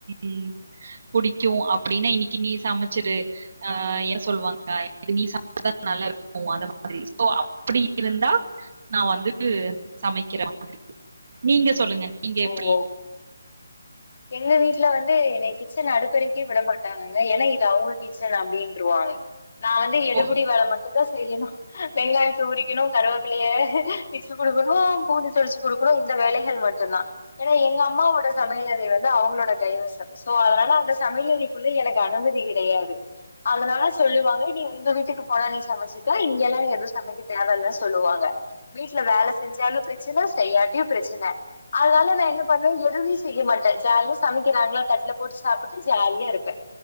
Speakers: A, on the right; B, on the left.
A: ம் புடிக்கு அப்டின்னா இன்னைக்கு நீ சமைச்சரு அ ஏ சொல்லுவாங்க நீ சமைத நல்லா இருக்கு அந்த மாதுரி அப்புடி இருந்தா நான் வந்து சமைக்கிற மாதிரி நீங்க சொல்லுங்க நீங்க
B: ஓ
A: எப்படி
B: ஓ எங்க வீட் ல வந்து என்னே கிச்சன் அடுப்பரைக்கே விட மாட்டாங்கங்க ஏன்னா இது அவங்க கிச்சன் அப்படனுவாங்க நான் வந்து எடுபிடி
A: ஓ,
B: வேலை மட்டும் தான் செய்யணும் வெங்காயத்தை உரிக்கிணு கருவேப்பிள்ளைய வச்சு குடுக்கணு பூண்டு தொளிச்சு குடுக்கணும் இந்த வேலைகள் மட்டும் தா ஏ எங்க அம்மாவோட சமையல வந்து அவுங்ளோட கைவசம் சோ அதனால அந்த சமையலக்குள்ள எனக்கு அனுமதி கிடையாது அதனால சொல்லுவாங்க நீ உங்க வீட்டுக்கு போனா நீ சமைச்சுக்க இங்க எல்லாம் நீ எதுவும் சமைக்க தேவையில் சொல்லுவாங்க வீட்டுல வேலை செஞ்சாலும் ப்ரச்சன செய்யாம் ப்ரச்சன அதனால நா என்ன பண்ணுவ எதுமே செய்ய மாட்ட ஜாலிய சமக்கிறாங்களா தட்டுல போட்டு சாப்பிட்டு ஜாலியா இருப்பேன்